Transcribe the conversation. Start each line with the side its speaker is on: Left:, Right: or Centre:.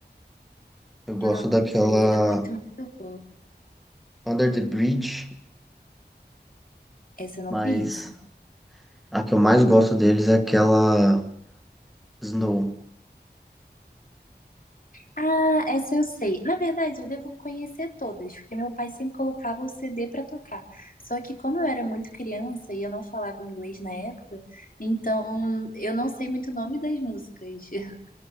Centre: Eu gosto
Left: nossa,
Centre: daquela
Left: e é muito, muito boa.
Centre: Under the Bridge,
Left: Essa eu não
Centre: mas
Left: conheço.
Centre: A que eu mais gosto deles é aquela Snow.
Left: Ah, essa eu sei. Na verdade, eu devo conhecer todas, porque meu pai sempre colocava o CD para tocar. Só que como eu era muito criança e eu não falava inglês na época, então eu não sei muito o nome das músicas. <laughs>